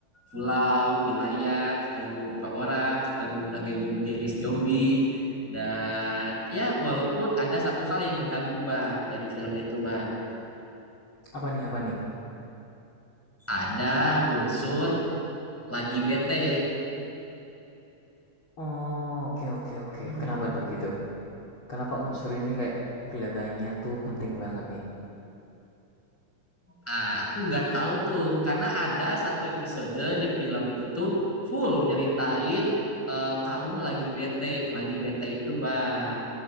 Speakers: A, in the centre; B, on the left (about 35°).
A: pulau, wilayah, ketemu beberapa orang, ketemu berbagai jenis zombie dan ya walaupun ada satu hal yang ngeganggu Bang dari film itu Bang.
B: Apa nih, apa nih?
A: Ada unsur lagi bete.
B: Oh, oke, oke, oke.
A: Hmm.
B: Kenapa tuh gitu? Kenapa unsur ini kayak kelihatannya tuh penting banget nih?
A: Ah, aku nggak tahu tuh, karena ada satu episode di film itu tuh full nyeritain eh, kaum lagi bete, lagi bete itu bang.